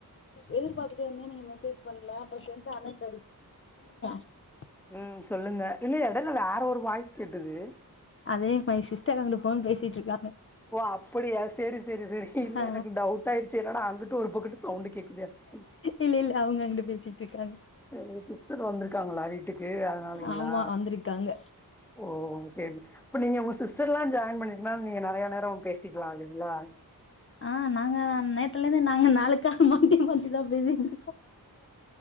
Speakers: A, on the left (about 35°); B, in the centre.
A: எதிர்பாத்துட்டே இருந்தே நீங்க மெசேஜ் பண்ல அப்ற சேரின்ட்டு <unintelligible>
B: உம் சொல்லுங்க என்ன எடை யில வேற ஒரு வாய்ஸ் கேட்டுது
A: அது மை சிஸ்டர் அங்குட்டு ஃபோன் பேசிட்ருக்காங்க
B: ஓ அப்பிடியா செரி செரி செரி இல்ல
A: ஆ
B: எனக்கு டவுட் ஆயிருச்சு என்னடா அங்கிட்டு ஒரு பக்கத்து சவுண்டு கேக்குதே சொ
A: இல்ல இல்ல அவங்க அங்குட்டு பேசிட்டு இருக்காங்க
B: ஆ சிஸ்டர் வந்திருக்காங்களா வீட் டுக்கு அதனாலயிங்களா
A: ஆமா வந்திருக்காங்க
B: ஓ சரி இப்ப நீங்க உங்க சிஸ்டர்லா ஜாய்ன் பண்ணிருக்கனால நீங்க நெறைய பேசிக்கலா இல்லைங்களா
A: ஆஹ் நாங்க நேத்துலேந்து நாங்க நாலுக்கா மாத்தி மாத்திதா பேசிட்ருந்தோ